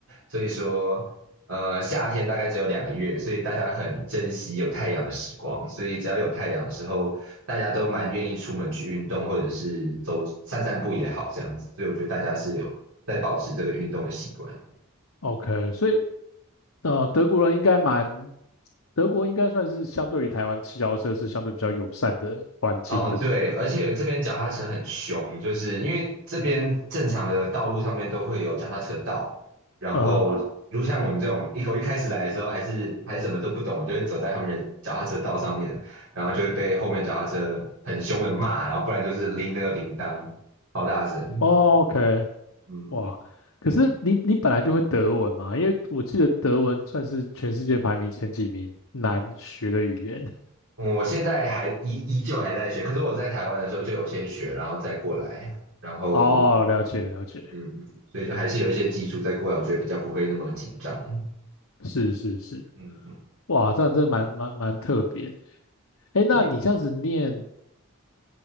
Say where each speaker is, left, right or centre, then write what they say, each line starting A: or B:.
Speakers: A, on the right (about 80°); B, on the left (about 70°).
A: 所以说，呃，夏天大概只有两个月，所以大家很珍惜有太阳的时光，所以只要有太阳的时候。大家都蛮愿意出门去运动，或者是走散散步也好，这样子。所以我觉得大家是有在保持这个运动的习惯。
B: OK，所以呃，德国人应该蛮，德国应该算是相对于台湾骑脚踏车是相对比较友善的环境，
A: 哦，
B: 对不对？
A: 对，而且这边脚踏车很凶，就是因为这边正常的道路上面都会有脚踏车道，然后如像我们这种一我一开始来的时候还是还什么都不懂，
B: 嗯
A: 我就会走在他们人脚踏车道上面，然后就会被后面脚踏车很凶的骂，然后不然就是拎那个铃铛，超大声，
B: ，OK，
A: 嗯。
B: 哇，可是你你本来就会德文嘛？因为我记得德文算是全世界排名前几名难学的语言。<laughs>
A: 嗯我现在还依依旧还在学，可是我在台湾的时候就有先学，然后再过来，然后
B: 哦，了解了解，
A: 嗯，所以就还是有一些基础再过来，我觉得比较不会那么紧张。
B: 是是是，
A: 嗯，
B: 哇，这样真的蛮蛮蛮特别的。哎，
A: 对，
B: 那你这样子念